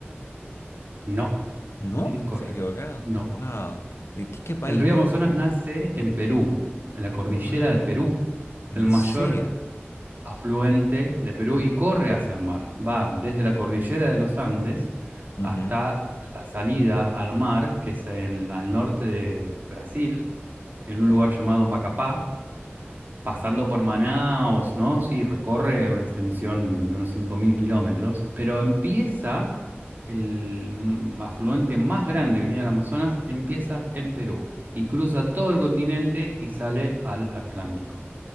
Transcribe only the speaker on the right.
No,
incorrecto.
No.
El río
Amazonas nace en Perú, en la cordillera
de Perú,
el mayor
afluente de Perú y corre hacia el mar. Va desde la cordillera de los Andes
hasta la salida al mar, que es en- al norte de Brasil, en
un lugar llamado Macapá. pasando por Manaos, ¿no? Sí, recorre una extensión de unos 5.000 kilómetros, pero empieza, el mm, afluente más grande que tiene el Amazonas, empieza en Perú y cruza todo el continente y sale al Atlántico.